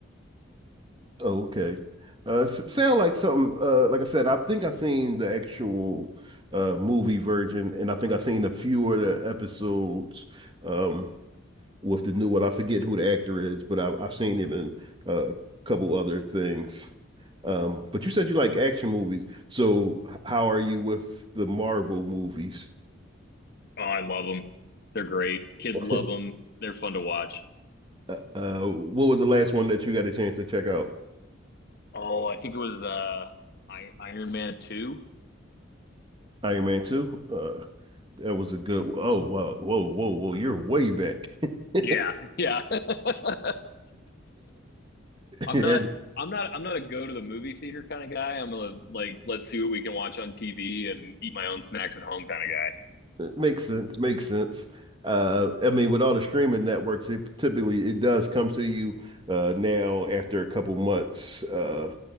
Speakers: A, on the right; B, on the left.
A: Oh, Okay. Uh, s- sound like something. Uh, like I said, I think I seen the actual uh movie version, and I think I seen a few of the episodes um with the new one. I forget who the actor is, but I, I've seen him in uh, a couple other things. Um, but you said you like action movies, so h- how are you with the Marvel movies?
B: Oh, I love them. They're great. Kids
A: <laughs>
B: love them. They're fun to watch.
A: Uh, uh, what was the last one that you got a chance to check out?
B: Oh, I think it was uh, I- Iron Man 2.
A: Iron Man 2? That was a good. Oh, wow. Whoa, whoa, whoa. You're way back. <laughs>
B: Yeah. Yeah. <laughs> I'm
A: And
B: not I'm not I'm not a go to the movie theater kind of guy. I'm a like let's see what we can watch on TV and eat my own snacks at home kind of guy.
A: it makes sense. Makes sense. Uh, I mean, with all the streaming networks, it typically it does come to you uh, now after a couple months. Uh,